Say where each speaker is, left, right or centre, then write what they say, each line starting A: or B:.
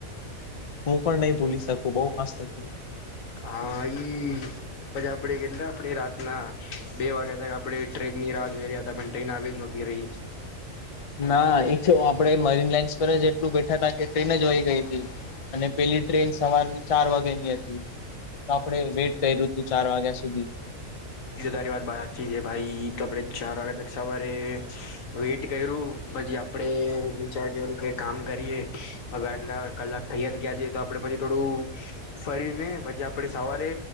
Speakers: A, on the left; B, on the left.
A: હું પણ નહી ભૂલી શકું બઉ મસ્ત હત
B: હા ઈ પછી આપડે કેટલા આપણે રાતના બે વાગ્યા તક આપણેે ટ્રેનની રાહ જોઈ રહ્યા હતા ટ્રેન આવી જ <unintelligible> રહી.
A: ના ઈ છ આપડે મરીન લાઈન્સ પર જ એટલું બેઠા હતા કે ટ્રેન જ વય ગઈ હતી. અને પેલી ટ્રેન સવારની ચાર વાગ્યા ની હતી તો આપડે વેઇટ કર્યું હતું ચાર વાગ્યા સુધી.
B: ઈ તારી વાત વાચી છે ભાઈ કપડે ચાર વાગ તક સવારે વેટ કર્યું પછી આપડે વિચાર કરું કે કામ કરીએ હવે આટલા કલાક થયા જ ગયા જએ તો આપડે પછી થોડું ફરી ને પછી આપડે સવારે